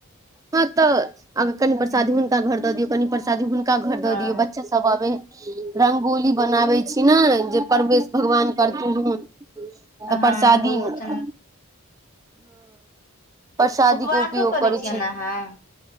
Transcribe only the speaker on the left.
हूं
हँ
हँ बहुत
उपवासो
छियनि
अहाँ